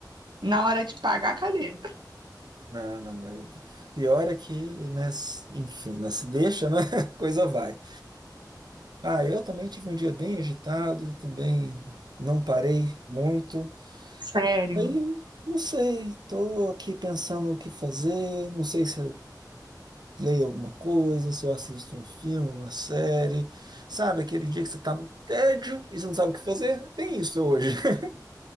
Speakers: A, on the right (about 85°); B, on the right (about 70°).
A: na hora de pagar, cadê?
B: Não, não, não. Pior é que, né, s- enfim, né, se deixa, né? <laughs> a Coisa vai. Ah, eu também tive um dia bem agitado, também não parei muito.
A: Sério.
B: Aí, eu não sei, tô aqui pensando o que fazer, não sei se leio alguma coisa, se eu assisto um filme, uma série, sabe? Aquele dia que você tá no tédio e você não sabe o que fazer? Bem isso hoje. <laughs>